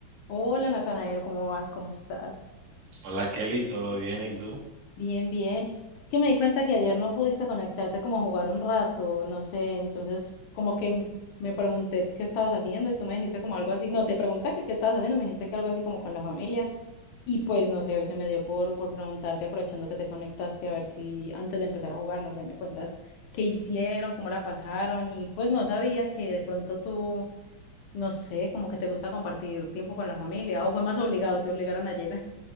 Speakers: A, on the left; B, on the right.
A: Hola Natanael, ¿cómo vas? ¿Cómo estás?
B: Hola Kelly, ¿todo bien? ¿Y tú?
A: Bien, bien. Es que me di cuenta que ayer no pudiste conectarte como a jugar un rato, no sé, entonces como que m- me pregunté qué estabas haciendo y tú me dijiste como algo así, no, te pregunté que qué estabas haciendo, me dijiste que algo así como con la familia y pues no sé, hoy se me dio por, por preguntarte aprovechando que te conectaste a ver si antes de empezar a jugar, no sé, me cuentas qué hicieron, cómo la pasaron y pues no sabía que de pronto tú, no sé, como que te gusta compartir tiempo con la familia o fue más obligado, te obligaron ayer.